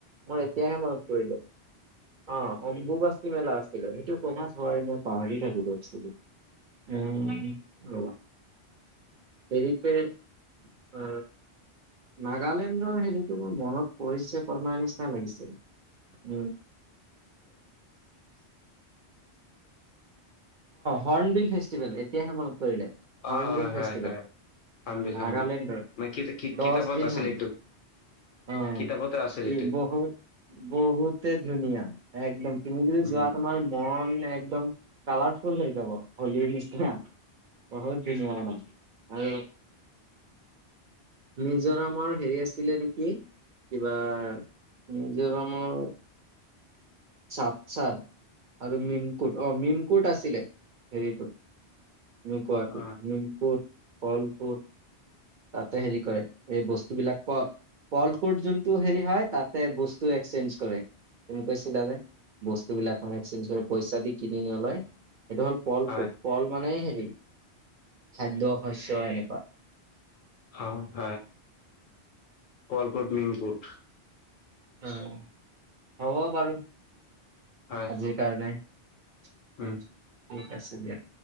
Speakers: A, on the right; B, on the left.
A: মই এতিয়াহে মনত পৰিলো অ অম্বুবাচি মেলা আছিল সেইটো কমাছ হয় মই পাহৰি থাকিলো এক্সলী উ অ ৰবা হেৰিতে অ নাগালেণ্ডৰ হেৰিতো মোৰ মনত পৰিছে কৰনা নিচিনা লাগিছিল <unintelligible> হৰ্ণবিল ফেষ্টিভেল এতিয়াহে মনত পৰিলে হৰ্ণবিল
B: অ হয় হয়
A: ফেষ্টিভেল।
B: হয় হৰ্ণবিল
A: নাগালেণ্ডৰ
B: হৰ্ণবিল মানে কি- কি-
A: দহ
B: কিতাপত
A: দিন
B: আছিল
A: হয়
B: এইটো
A: অ
B: কিতাপতে আছিল
A: এই
B: এইটো
A: বহুত বহুতে। ধুনীয়া একদম তুমি যদি
B: উম
A: যোৱা তোমাৰ মন একদম কালাৰফুল হৈ যাব হলীৰ নিচিনা বহুত ধুনীয়া নাম আৰু মিজোৰামৰ হেৰি আছিলে নেকি। কিবা মিজিৰামৰ। চাপচাৰ আৰু মিমকুট অ মিমকুট আছিলে হেৰিটো ন কোৱাটো
B: অ
A: নিমকোট ফলকোট তাতে হেৰি কৰে এই বস্তুবিলাক পঢ পল কোড যোনটো হেৰি হয় তাতে বস্তু এক্সেঞ্জ কৰে কৈ বস্তুবিলাক এ এক্সেঞ্জ পইচা দি কিনি নলয়। এইটো হ'ল পল
B: হয়
A: ফুট পল মানে হেৰি খাদ্য শস্য এনেকুৱা।
B: আহ হ কলকট মিনকুট <unintelligible>
A: অহ হ'ব বাৰু
B: হয়
A: আজিৰ কাৰণে অহ
B: উম
A: ঠিক আছে দিয়া।